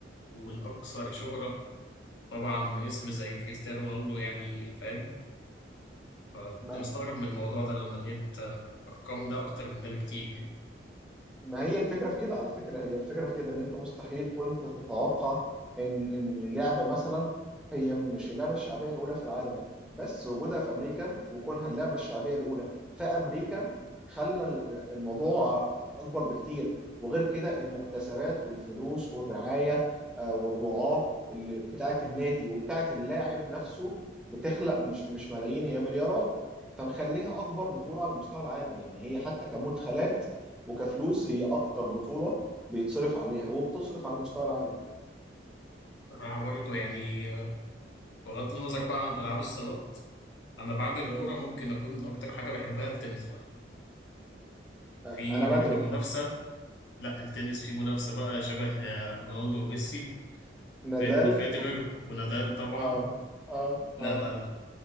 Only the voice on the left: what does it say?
والاكثر شهره طبعا اسم زي كريستيانو رونالدو يعني فاهم فكنت
مستغرب من الموضوع ده لما لقيت آه، أرقام ده أكتر من ده بكتير يعني
صراحة برضه يعني آه، بغض النظر بقى عن ألعاب الصالات أنا بعد الكورة
ممكن أكون أكتر حاجة بحبها التنس بقى
في
برضه
منافسة لا التنس في منافسة بقى شبه آه، رونالدو وميسي
بين فيدرر ونادال طبعا
لا
لا لا